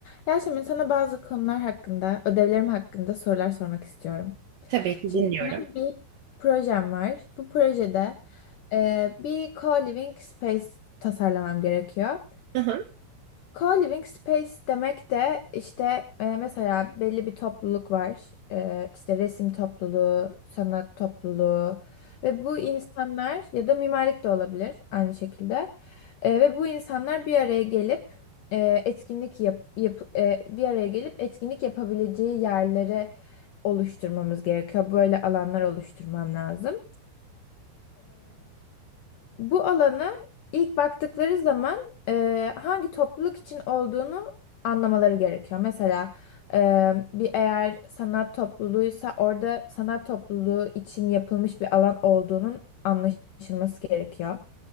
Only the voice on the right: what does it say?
Tabii ki
dinliyorum.
Hı hı,